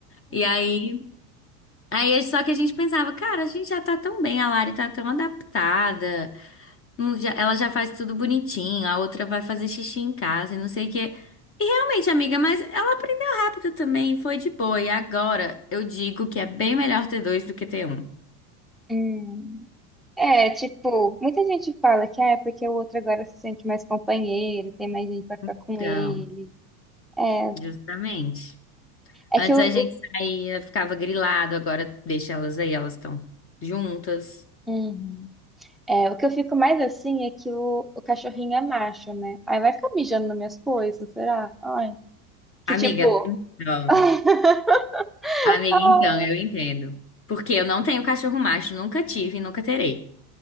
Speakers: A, on the left; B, in the centre.
A: E aí, aí só que a gente pensava, cara, a gente já tá tão bem, a Lari tá tão adaptada, não- já- ela já faz tudo bonitinho, a outra vai fazer xixi em casa, e não sei o quê. E realmente, amiga, mas ela aprendeu rápido também, e foi de boa. E agora eu digo que é bem melhor ter dois do que ter um.
B: Hum. É, tipo, muita gente fala que ah, é porque o outro agora se sente mais companheiro, tem mais gente pra ficar com
A: Então.
B: ele. É,
A: Justamente. Antes
B: é que o,
A: a gente
B: o-
A: saía, ficava grilado, agora deixa elas aí, elas estão juntas.
B: Uhum. É, o que eu fico mais assim é que o, o cachorrinho é macho, né? Aí vai ficar mijando nas minhas coisas, será? Ai. Que
A: Amiga,
B: tipo.
A: então,
B: <laughs>
A: amiga,
B: Ah,
A: então, eu entendo. Porque eu não tenho cachorro macho, nunca tive e nunca terei.